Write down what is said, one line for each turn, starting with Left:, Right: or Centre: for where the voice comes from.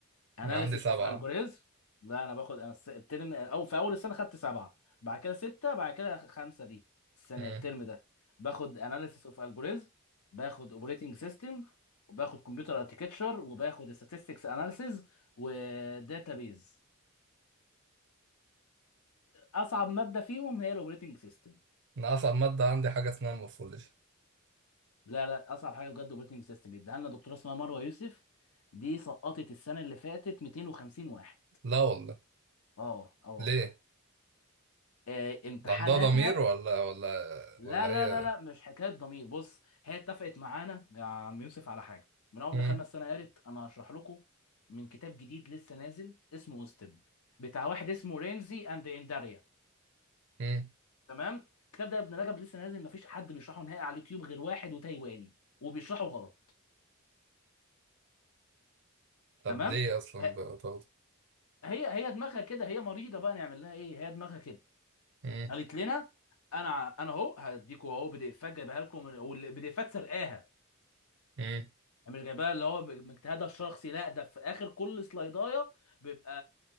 Left: اناليسيس
Right: أنا عندي سبعة
Left: اوف الجوريزم لا انا باخد انا الس- الترم او في اول السنه خدت سبعه بعد كده سته بعد كده خمسه دي السنه
Right: مم.
Left: الترم ده باخد اناليسيس اوف الجوريزم باخد اوبريتنج سيستم وباخد كمبيوتر اركتكتشر وباخد statistics اناليسيز وداتابيز اصعب ماده فيهم هي الاوبريتنج سيستم
Right: أنا أصعب مادة عندي حاجة اسمها مورفولوجي
Left: لا لا اصعب حاجه بجد اوبريتنج سيستم بيديها لنا دكتوره اسمها مروه يوسف دي سقطت السنه اللي فاتت 250 واحد
Right: لا والله
Left: اه اه والله
Right: ليه؟
Left: آه، امتحاناتها
Right: ده عندها ضمير ولا ولا
Left: لا
Right: ولا
Left: لا
Right: هي
Left: لا لا مش حكايه ضمير بص هي اتفقت معانا يا عم يوسف على حاجه من اول ما
Right: مم.
Left: دخلنا السنه قالت انا هشرح لكم من كتاب جديد لسه نازل اسمه اوستب بتاع واحد اسمه رينزي اند انداريا
Right: مم.
Left: تمام الكتاب ده يا ابن رجب لسه نازل مفيش حد بيشرحه نهائي على اليوتيوب غير واحد وتايواني وبيشرحه غلط
Right: طب
Left: تمام
Right: ليه أصلا
Left: ف-
Right: بتاخد
Left: هي هي دماغها كده هي مريضه بقى نعمل لها ايه هي دماغها كده
Right: مم.
Left: قالت لنا انا انا اهو هديكوا اهو بي دي اف جايبها لكم والبي دي افات سرقاها
Right: مم.
Left: مش جايباها اللي هو من اجتهادها الشخصي لا ده في اخر كل سلايدايه بيبقى